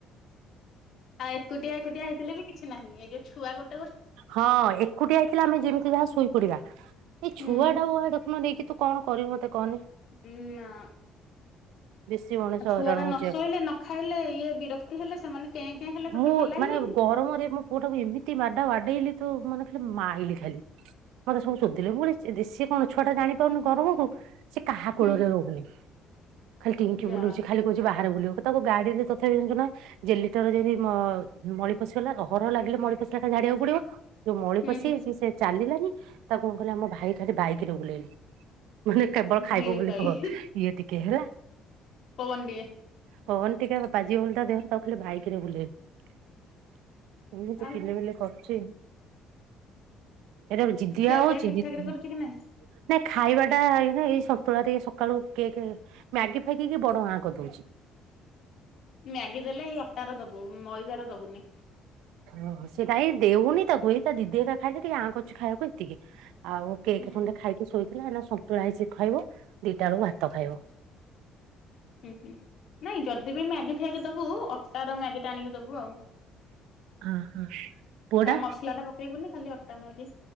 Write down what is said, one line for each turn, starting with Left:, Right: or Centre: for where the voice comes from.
Left: ଆଉ ଏକୁଟିଆ ଏକୁଟିଆ ହେଇଥିଲେ ବି କିଛି ନାହିଁ, ଏ ଯୋଉ ଛୁଆ ଗୋଟ
Right: ହଁ ଏକୁଟିଆ ହେଇଥିଲେ ଆମେ ଯେମିତି ଯାହା ଶୋଇପଡିବା। ଏଇ
Left: ହୁଁ
Right: ଛୁଆ ଟା ବା ଦେଖୁନ ନେଇକି ତୁ କଣ କରିବୁ ମତେ କହନି।
Left: ହୁଁ ନା।
Right: ବେଶୀ ମଣିଷ
Left: ଆଉ ଛୁଆ
Right: ହଇରାଣ
Left: ଟା ନ
Right: ହଉଛି
Left: ଶୋଇଲେ
Right: ଆଉ।
Left: ନ ଖାଇଲେ ଇଏ ବିରକ୍ତି ହେଲେ ସେମାନେ କେଁ କେଁ ହେଲେ ତତେ
Right: ମୁଁ
Left: ଭଲ ଲାଗିବନି।
Right: ମାନେ ଗରମରେ ମୋ ପୁଅଟାକୁ ଏମିତି ମାଡା ବାଡେଇଲି ତୁ ମାନେ ଖାଲି ମାଇଲି ଖାଲି। ମତେ ସବୁ ଶୋଧିଲେ। ମୁଁ କହିଲି ସେ ସେ କଣ ଜାଣି ପାରୁନି ଛୁଆଟା ଗରମ କୁ ସେ କାହା କୂଳରେ
Left: ହୁଁ
Right: ରହୁନି। ଖାଲି ଟିଙ୍କି
Left: ଯା
Right: ବୁଲଉଚି। ଖାଲି କହୁଚି ବାହାରେ ବୁଲିବ। ତାକୁ ଗାଡିରେ ତଥାପି ଜାଣିଚୁ ନା ଜେଲି ତ ରେ ଯଦି ମ ମଳି ପଶିଲଲା ଘର ଲାଗିଲେ ମଳି ପଶିଲା କ ଝାଡିବାକୁ ପଡିବ। ଯୋଉ ମଳି
Left: ହୁଁ
Right: ପଶିଯାଇଚି
Left: ହୁଁ
Right: ସେ ଚାଲିଲାନି। ତାକୁ କଣ କହିଲା ଆମ ଭାଇ ଖାଲି ବାଇକରେ ବୁଲେଇଲା ମାନେ କେବଳ ଖାଇବ
Left: ହେ
Right: ବୋଲି
Left: ଭାଇ
Right: କୁହ ଇଏ ଟିକେ ହେଲା।
Left: ପବନ ଦିଏ।
Right: ପବନ ଟିକେ ବାଜିବ ବୋଲି ତା ଦେହରେ ତାକୁ ଖାଲି ବାଇକ୍ ରେ ବୁଲେଇଲେ। ଏମିତି
Left: ଆଉ
Right: କିଲି ବିଲି କରୁଚି। ଏରା ବି ଜଦିିବା
Left: ଖିଆ
Right: ହଉଚି
Left: ପିଆ ଠିକ
Right: ଜିତ
Left: ଠାକ ରେ କରୁଛୁ
Right: ଆ
Left: କି ନାଇଁ?
Right: ନାଇଁ ଖାଇବା ଟା ଏଇ ଏଇ ସନ୍ତୁଳା ଟିକେ ସକାଳୁ କେକ୍ ମ୍ୟାଗି ଫାଗି କୁ ବଡ଼ ଆଁ କରି ଦଉଚି।
Left: ମ୍ୟାଗି ଦେଲେ ଏଇ ଅଟାର ଦବୁ ମଇଦା ର ଦବୁନି।
Right: ଓ ହୋ ସେଟା ଏଇ ଦେଉନି ତାକୁ ଏଇ ତା ଦିଦି ହରିକା ଖାଇଲେ ଟିକେ ଆଁ କରୁଚି ଖାଇବାକୁ ଏତିକି। ଆଉ କେକ୍
Left: ହୁଁ
Right: ଖଣ୍ଡେ ଖାଇକି ଶୋଇଥିଲା। ଏଇନା ସନ୍ତୁଳା ହେଇଚି ଖାଇବ। ଦିଟା ବେଳକୁ ଭାତ ଖାଇବ।
Left: ହୁଁ ହୁଁ ନାଇଁ ଯଦି ବି ମ୍ୟାଗି ଫାଗି ଦବୁ ଅଟାର ମ୍ୟାଗି ଟା ଆଣିକି ଦବୁ ଆଉ।
Right: ଉ ହୁଁ। ପୁଅଟା
Left: ତା ମସଲା ଟା ପକେଇବୁନି। ଖାଲି ଅଟା ମାଗି